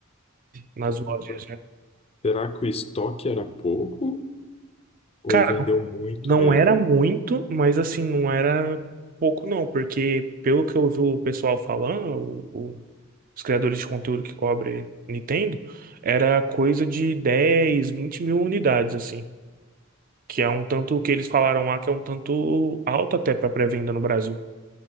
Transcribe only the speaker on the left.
caramba.
Será que o estoque era pouco ou
vendeu muito
mesmo?